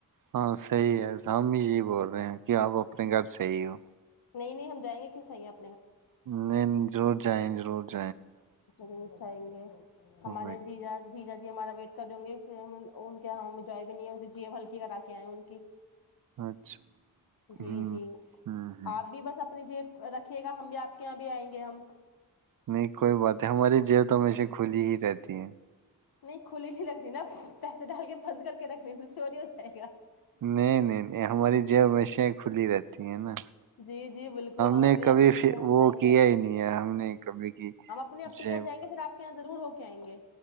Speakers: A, on the right (about 65°); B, on the left (about 85°).
A: ہاں صحیح ہے ہم جی بول رہے ہیں کہ آپ اپنے گھر صحیح ہو
B: نہیں ہم جائیں گے کیوں صحپ
A: نہیں ضرور جائے ر <inaudible>
B: رور جائیں گے ہمارے
A: وہی
B: جا جیرا ہمارا ویٹ کر دوں گے ان کےاں جوائے بھی نہیں جی ہلکی کرا کے آئے ان کی
A: اچھا
B: جی
A: ہوں
B: جی
A: ہوں ہ
B: آپ بھی بس اپنی جیب رکھھیے گا ہم بھی آپ کے یہاں بھی آئیں گے ہم
A: نہیں کوئی بات ہے ہماری جیب تو ہمیشہ کھلی ہی رہتی ہے
B: نہیں کھلی نہیں رکھنی نا پیسے ڈال کے بند کر کے رکھنی چوری ہو جائے گا
A: نہیں نہیں نہیں ہماری جب وشیایں کھلی رہتی ہیں نا
B: جی جی بالکل ہم
A: نے
B: اپنی
A: کبھی
B: آ کے یہاں
A: فی- وہ
B: جائیں
A: کیا
B: گے پھر
A: ہی نہیں ہے ہم نے کبھی کی
B: ہم اپنی اپی
A: جیب
B: کے یہاں جائیں گے پھر آپ کے یہاں ضرور ہو کہیں گے